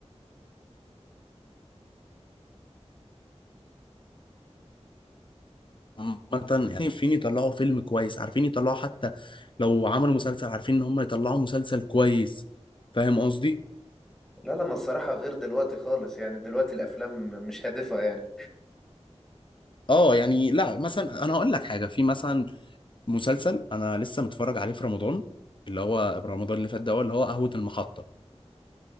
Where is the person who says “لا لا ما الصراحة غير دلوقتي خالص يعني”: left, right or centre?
Centre